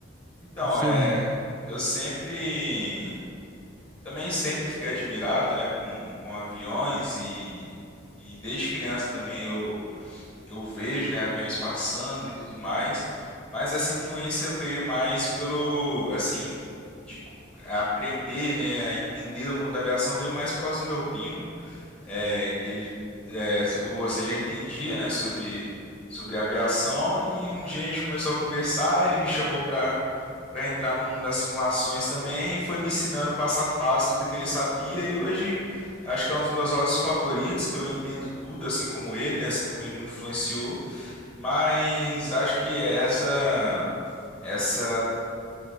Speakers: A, on the left (about 30°); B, on the right (about 20°).
A: Então,
B: no seu
A: é,
B: mundo?
A: eu sempre, também sempre fiquei admirado, né, com, com aviões e, e desde criança também eu, eu vejo, né, aviões passando e tudo mais, mas essa influência veio mais pelo, assim, de aprender, né, a entender o mundo da aviação veio mais por causa do meu primo, é, que ele, é, assim como você já entendia, né, sobre, sobre aviação, e um dia a gente começou a conversar, ele me chamou para para entrar no mundo das simulações também, e foi me ensinando passo a passo tudo que ele sabia, e hoje acho que é um dos meus hobbies favoritos, que eu entendo tudo, assim como ele, né, assim como ele me influenciou, mas acho que essa... Essa